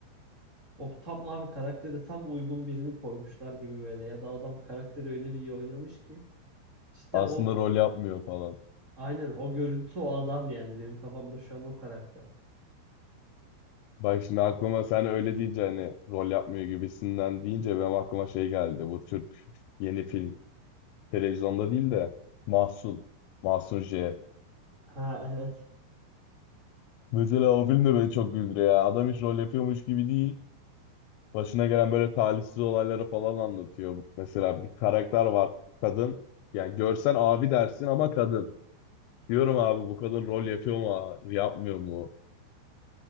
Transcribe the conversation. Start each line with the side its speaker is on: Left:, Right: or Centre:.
Right: O tam abi karakteri tam uygun birini koymuşlar gibi böyle ya da adam karakteri öyle bir iyi oynamış ki cidden
Left: Aslında
Right: o
Left: rol yapmıyor falan.
Right: Aynen o görüntü o adam yani benim kafamda şu an o karakter.
Left: Bak şimdi aklıma sen öyle deyince hani rol yapmıyor gibisinden deyince benim aklıma şey geldi. Bu Türk yeni film. Televizyonda değil de Mahsun. Mahsun J.
Right: Ha evet.
Left: Mesela o film de beni çok güldürüyor ya. Adam hiç rol yapıyormuş gibi değil. Başına gelen böyle talihsiz olayları falan anlatıyor. Mesela bir karakter var. Kadın. Yani görsen abi dersin ama kadın. Diyorum abi bu kadın rol yapıyor mu? Yapmıyor mu?